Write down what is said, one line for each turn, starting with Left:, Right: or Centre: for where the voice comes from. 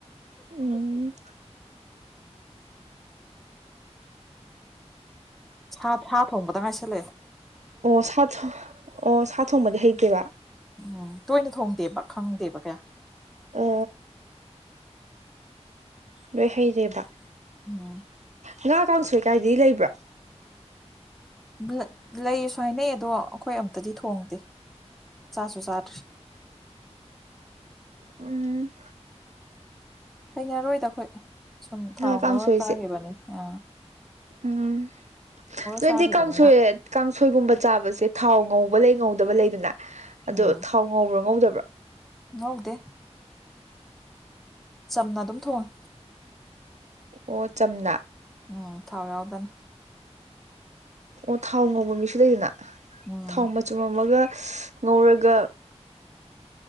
Right: ꯎꯝ
Centre: ꯁꯥ ꯁꯥ ꯊꯣꯡꯕꯗ ꯉꯥꯏꯁꯜꯂꯦ
Right: ꯑꯣ ꯁꯥ ꯊꯣ ꯑꯣ ꯁꯥꯠ ꯊꯣꯡꯕꯗꯤ ꯍꯩꯇꯦꯕ
Centre: ꯎꯝ ꯇꯣꯏꯅ ꯊꯣꯡꯗꯦꯕ ꯈꯪꯗꯦꯕ ꯀꯌꯥ
Right: ꯑ ꯂꯣꯏ ꯍꯩꯔꯦꯕ
Centre: ꯑꯝ
Right: ꯉꯥ ꯀꯥꯡꯁꯣꯏ ꯀꯥꯏꯗꯤ ꯂꯩꯕ꯭ꯔꯣ
Centre: ꯂ ꯂꯩꯁꯨ ꯍꯥꯏꯅꯩ ꯑꯗꯣ ꯑꯈꯣꯏ ꯑꯝꯇꯗꯤ ꯊꯣꯡꯗꯦ ꯆꯥꯁꯨ ꯆꯥꯗ꯭ꯔꯤ
Right: ꯎꯝ
Centre: ꯍꯩꯅꯔꯣꯏꯗ ꯑꯈꯣꯏ ꯁꯨꯝ ꯊꯥꯎ
Right: ꯉꯥ
Centre: ꯉꯧꯔ
Right: ꯀꯥꯡꯁꯣꯏꯁꯦ
Centre: ꯆꯥꯈꯤꯕꯅꯤ ꯑ
Right: ꯎꯝ ꯅꯣꯏꯗꯤ
Centre: ꯆꯥꯈꯤꯕꯅꯤꯅ
Right: ꯀꯥꯡꯁꯣꯏ ꯀꯥꯡꯁꯣꯏꯒꯨꯝꯕ ꯆꯥꯕꯁꯦ ꯊꯥꯎ ꯉꯧꯕ ꯂꯩ ꯉꯧꯗꯕ ꯂꯩꯗꯅ ꯑꯗꯣ
Centre: ꯎꯝ
Right: ꯊꯥꯎ ꯉꯧꯕ꯭ꯔꯥ ꯉꯧꯗꯕ꯭ꯔꯥ
Centre: ꯉꯧꯗꯦ ꯆꯝꯅ ꯑꯗꯨꯝ ꯊꯣꯡꯉꯦ
Right: ꯑꯣ ꯆꯝꯅ
Centre: ꯎꯝ ꯊꯥꯎ ꯌꯥꯎꯗꯅ
Right: ꯑꯣ ꯊꯥꯎ ꯉꯧꯕ ꯃꯤꯁꯨ ꯂꯩꯗꯅ
Centre: ꯎꯝ
Right: ꯊꯥꯎ ꯃꯆꯨꯝ ꯑꯃꯒ <unintelligible> ꯉꯧꯔꯒ